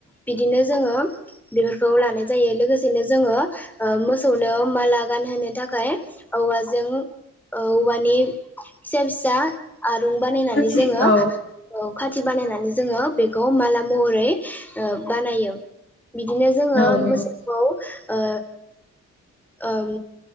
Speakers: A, in the centre; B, on the left.
A: बिदिनो जोङो बेफोरखौ लानाय जायो लोगोसेनो जोङो मोसौनो माला गानहोनो थाखाय औवाजों औवानि फिसा फिसा आरुं बानायनानै
B: खाथि
A: जोङो
B: औ
A: खाथि बानायनानै जोङो बेखौ माला महरै ओ बानायो बिदिनो जोङो
B: औ नंगौ
A: मोसौखौ ओ ओम